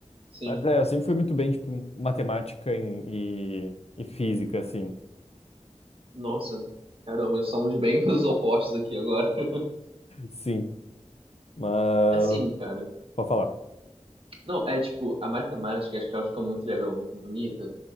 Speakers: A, on the right; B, on the left.
A: Sim.
B: Mas é, eu sempre fui muito bem, tipo, matemática em- e, e física, assim.
A: Nossa. Caramba, somos bem <laughs> os opostos aqui agora. <laughs>
B: Sim. Mas,
A: Assim, cara.
B: pode falar.
A: Não, é tipo, a matemática, acho que ela fica muito legal, muito bonita